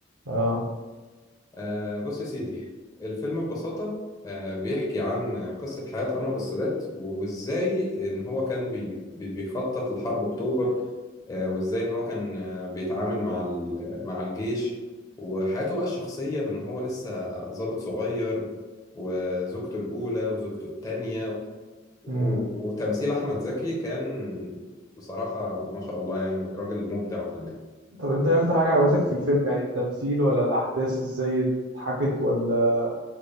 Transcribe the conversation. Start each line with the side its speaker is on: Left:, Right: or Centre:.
Right: اه
Left: آه بص يا سيدي الفيلم ببساطة آه بيحكي عن قصة حياة أنور السادات وإزاي إن هو كان بي بي- بيخطط لحرب أكتوبر آه وإزاي إن هو كان آه بيتعامل مع ال- مع الجيش وحياته بقى الشخصية من هو لسه ضابط صغير وزوجته الأولى وزوجته التانية و-
Right: امم
Left: وتمثيل أحمد زكي كان بصراحة ما شاء الله يعني راجل مبدع وفنان
Right: طب انت ايه اكتر حاجه عجبتك في الفيلم يعني التمثيل ولا الاحداث ازاي اتحكت ولا